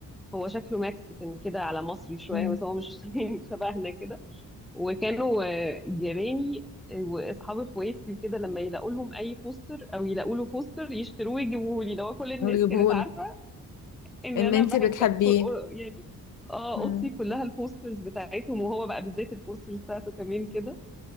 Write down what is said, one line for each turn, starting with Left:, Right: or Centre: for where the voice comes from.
Centre: هو شكله ماكس كان كده على مصري شوية
Left: مم.
Centre: بس هو مش <laughs> يعني شبهنا كده وكانوا آه، جيراني آه، واصحاب اخواتي وكده لما يلاقوا لهم اي بوستر او يلاقوا له بوستر يشتروه ويجيبوه لي لو كل الناس
Left: نجيبهولك
Centre: كانت عارفه ان
Left: ان
Centre: انا
Left: انت
Centre: بحبه
Left: بتحبيه
Centre: كانت صو- يعني اه
Left: مم.
Centre: اوضتي كلها البوسترز بتاعتهم وهو بقى بالذات البوسترز بتاعته كمان كده